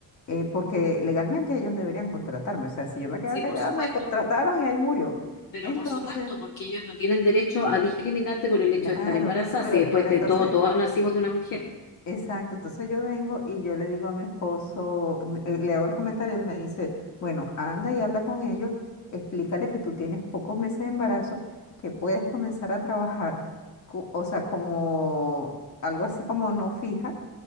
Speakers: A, on the left; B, on the left.
A: eh, porque legalmente ellos deberían contratarme. O sea, si yo me quedaba
B: Sí,
A: callada,
B: por supuesto,
A: me contrataron y ahí murió.
B: pero
A: Entonces,
B: por supuesto, porque ellos no tienen tienen derecho a discriminarte por el
A: claro,
B: hecho de estar embarazada,
A: pero,
B: si después
A: pero
B: de
A: entonces...
B: todo, todos nacimos de una mujer.
A: Exacto, entonces yo vengo y yo le digo a mi esposo, m- eh, le hago el comentario, él me dice, bueno, anda y habla con ellos, explícale que tú tienes pocos meses de embarazo, que puedes comenzar a trabajar, co- o sea, como algo así como no fija,